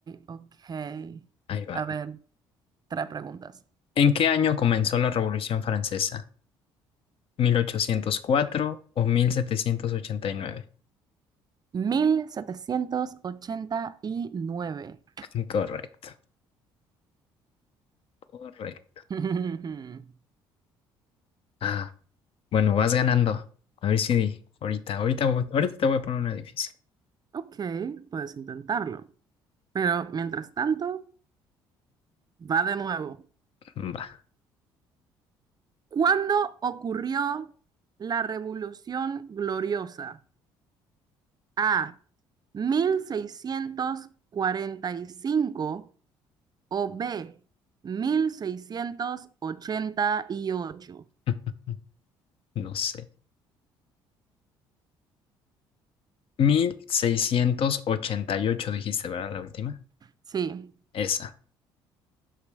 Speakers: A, on the right; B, on the left.
A: ok.
B: ahí va.
A: A ver, tres preguntas.
B: ¿En qué año comenzó la Revolución Francesa? 1804 o 1789.
A: mil setecientos ochenta y nueve.
B: <laughs> Correcto, correcto.
A: <laughs>
B: Ah, bueno, vas ganando. A ver si ahorita, ahorita, voy- ahorita te voy a poner una difícil.
A: Ok, puedes intentarlo. Pero mientras tanto, va de nuevo.
B: Va,
A: ¿Cuándo ocurrió la Revolución Gloriosa? A. mil seiscientos cuarenta y cinco o B. 1688.
B: <laughs> no sé. 1688, dijiste, ¿verdad? La última.
A: Sí.
B: Esa.